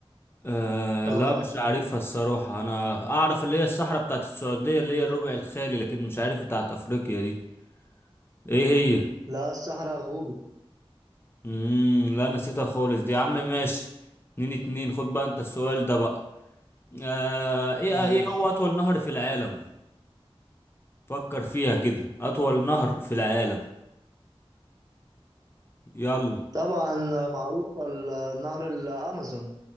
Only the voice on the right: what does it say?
اه
لا الصحراء غوبي
ماشي
طبعا آه، معروفة ال- آه، نهر الامازون